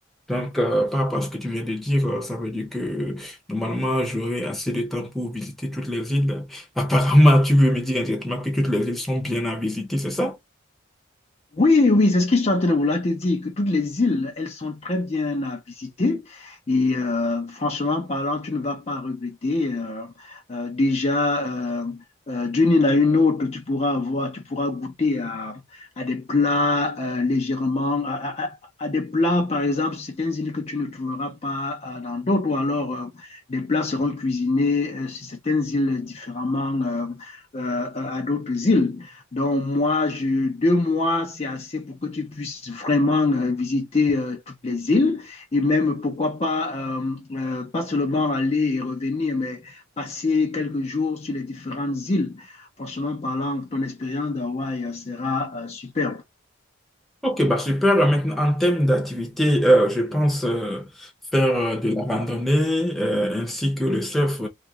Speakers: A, in the centre; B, on the left.
A: Donc, euh, par rapport à ce que tu viens de dire, euh, ça veut dire que normalement, j'aurai assez de temps pour visiter toutes les îles. <laughs> Apparemment, tu veux me dire indirectement que toutes les îles sont bien à visiter, c'est ça?
B: Oui, oui, c'est ce que je suis en train de vouloir te dire, que toutes les îles, elles sont très bien à visiter. Et euh, franchement parlant, tu ne vas pas regretter. Euh, euh, déjà, euh, euh, Dieu n'en a une autre, tu pourras avoir, tu pourras goûter à, à des plats euh, légèrement, à, à- à- à des plats, par exemple, sur certaines îles que tu ne trouveras pas euh, dans d'autres, ou alors euh, des plats seront cuisinés euh, sur certaines îles différemment euh, euh, à d'autres îles. Donc, moi, je, deux mois, c'est assez pour que tu puisses vraiment euh, visiter euh, toutes les îles et même, pourquoi pas, euh, euh, pas seulement aller et revenir, mais passer quelques jours sur les différentes îles. Franchement parlant, ton expérience d'Hawaï euh, sera euh, superbe.
A: Ok, bah super. Euh, Maintenant, en termes d'activité, euh, je pense euh, faire euh, de la randonnée euh, ainsi que le surf.